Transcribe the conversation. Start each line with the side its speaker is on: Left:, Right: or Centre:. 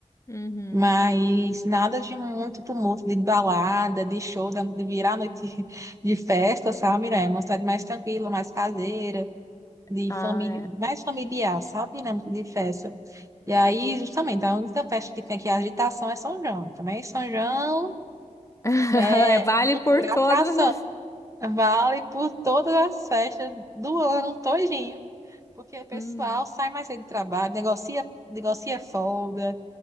Left: uhum.
Right: Mas nada de muito tumulto, de balada, de show, da- de virar a noite <laughs> de festa, sabe, né? Uma cidade mais tranquila, mais caseira, de
Left: Ah,
Right: família,
Left: é.
Right: mais familiar, sabe, né? De festa. E aí, justamente, a única festa que tem aqui, é a agitação, é São João. Também São João
Left: <laughs> É,
Right: é
Left: Vale
Right: loucura,
Left: por todos.
Right: atração.
Left: <laughs>
Right: Vale por todas as festas do ano todinho, porque o pessoal
Left: Hum,
Right: sai mais cedo do trabalho, negocia, negocia folga,